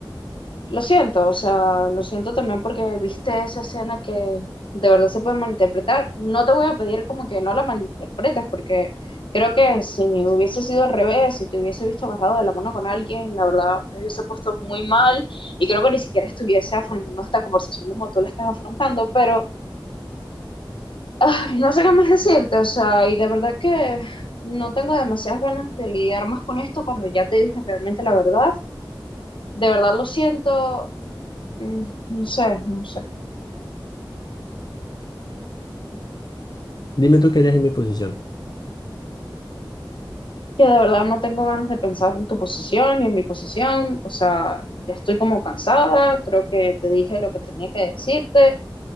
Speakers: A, on the left (about 80°); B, on the left (about 55°).
A: Lo siento, o sea, lo siento también porque viste esa escena que de verdad se puede malinterpretar. No te voy a pedir como que no la malinterpretes, porque creo que si hubiese sido al revés, si te hubiese visto agarrado de la mano con alguien, la verdad me hubiese puesto muy mal y creo que ni siquiera estuviese afrontando esta conversación como tú la estás afrontando, pero ay, no sé qué más decirte, o sea, y de verdad que no tengo demasiadas ganas de lidiar más con esto cuando ya te dije realmente la verdad. De verdad lo siento, mm, no sé, no sé.
B: Dime tú qué harías en mi posición.
A: que de verdad no tengo ganas de pensar en tu posición y en mi posición, o sea, ya estoy como cansada, creo que te dije lo que tenía que decirte,